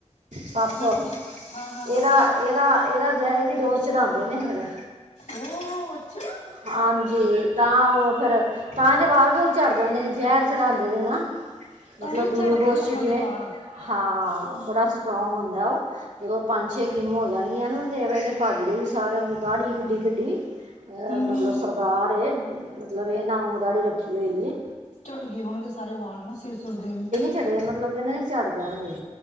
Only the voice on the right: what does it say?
ਸੱਤ
ਇਹਦਾ ਇਹ, ਏਦਾ, ਏਦਾਂ ਜ ਇਹਦੀ ਡੋਸ ਚੜ੍ਹਾਂਦੇ ਨੇ ਹੁਣ।
ਹਾਂਜੀ, ਤਾਂ ਔਹ ਫਿਰ ਤਾਂ ਈ ਤੇ ਵਾਲ ਵੂਲ ਚੜ ਜਾਂਦੇ ਨੇ, ਜੇਹਰ ਚੜਾਨਦੇ ਨੇ ਨਾ।
ਮਤਲਬ
ਗੁਲੂਕੋਸ
ਚ ਜਿਵੇਂ,
ਹਾਂ ਬੜਾ ਸਟਰੋਂਗ ਹੁੰਦਾ ਉਹ। ਜਦੋਂ ਪੰਜ ਛੇ ਕਿਮ ਹੋ ਜਾਣ ਗੀਆਂ ਨਾ, ਤੇ ਏਹਦੇ ਭਾਜੀ ਦੇ ਵੀ ਸਾਰਿਆਂ ਵਾਂਗੂ ਦਾੜੀ ਕਿੱਡੀ-ਕਿੱਡੀ ਅਹ
ਮਤਲਬ ਸਰਦਾਰ ਐ, ਮਤਲਬ ਏਨ੍ਹਾ ਵਾਂਗੂ ਦਾੜੀ ਰੱਖੀ ਹੋਈ ਏ।
ਚੜੇ, ਮਤਲਬ ਕੇਂਦੇ ਨੇ ਚਾੜ ਜਾਣਗੇ।